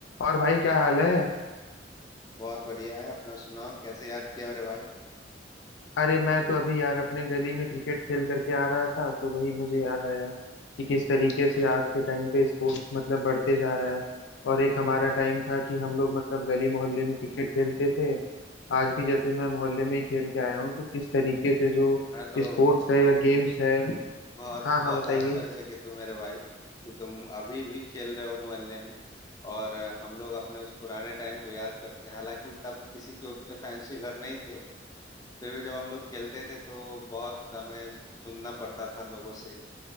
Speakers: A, on the left; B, on the left.
A: और भाई क्या हाल है
B: बहुत बढ़िया है अपना सुनाओ कैसे याद किया मेरे भाई
A: अरे मैं तो अभी यार अपने गली में क्रिकेट खेल करके आ रहा था तो वही मुझे याद आया कि किस तरीके से आज के टाइम पे स्पोर्ट्स मतलब बढ़ते जा रहा है और एक हमारा टाइम था कि हम लोग मतलब गली मोहल्ले में क्रिकेट खेलते थे आज भी जैसे मैं मोहल्ले में ही खेल के आया हूँ तो किस तरीके से जो
B: मैं तो
A: स्पोर्ट्स
B: मतलब
A: है या गेम्स है
B: बहुत
A: हाँ
B: बहुत
A: हाँ बताइए
B: आश्चर्यचकित हूँ मेरे भाई कि तुम अभी भी खेल रहे हो मोहल्ले में और अ, हम लोग अपने उस पुराने टाइम को याद करते हैं हालांकि तब किसी के उतने फैंसी घर नहीं थे फिर भी जब हम लोग खेलते थे तो बहुत हमें सुनना पड़ता था लोगों से